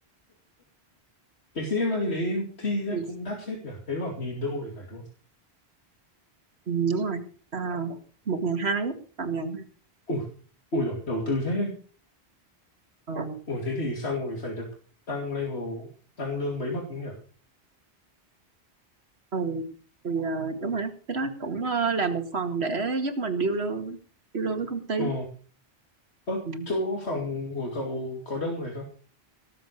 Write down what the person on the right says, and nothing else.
ừ,
đúng rồi à, một ngàn hai á, tầm ngàn hai
Ờ,
Ừ, thì ờ, đúng rồi đó. Cái đó cũng ờ, là một phần để giúp mình điêu lương, điêu lương với công ty.
Ừ.